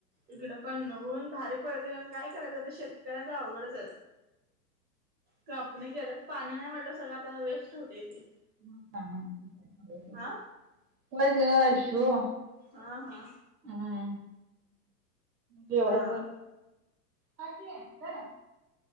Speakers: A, on the right; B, on the right.
A: इकडं पण ऊन भारी पडते काय करायचं ते शेतकऱ्यांच अवघडच कापणी केल्या पाणी नाही म्हटलं सगळं आता वेस्ट होते ते
B: हय
A: हा
B: ग
A: हा हा
B: हम् जेव्हा
A: हा
B: ज ह्